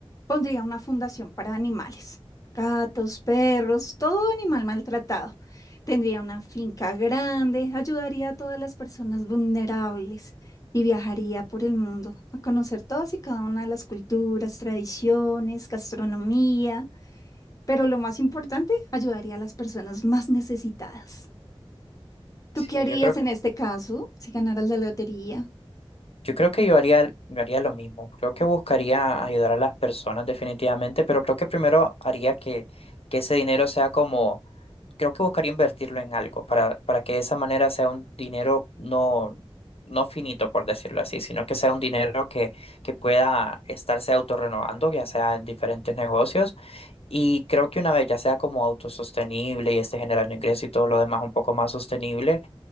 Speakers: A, on the left; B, on the left.
A: pondría una fundación para animales. Gatos, perros, todo animal maltratado. Tendría una finca grande, ayudaría a todas las personas vulnerables y viajaría por el mundo a conocer todas y cada una de las culturas, tradiciones, gastronomía. Pero lo más importante, ayudaría a las personas más necesitadas. ¿Tú
B: Sí,
A: qué harías
B: yo creo,
A: en este caso si ganaras la lotería?
B: yo creo que yo haría, yo haría lo mismo. Creo que buscaría ayudar a las personas definitivamente, pero creo que primero haría que, que ese dinero sea como creo que buscaría invertirlo en algo para, para que de esa manera sea un dinero no, no finito, por decirlo así, sino que sea un dinero que, que pueda estarse autorrenovando, ya sea en diferentes negocios. Y creo que una vez ya sea como autosostenible y esté generando ingreso y todo lo demás un poco más sostenible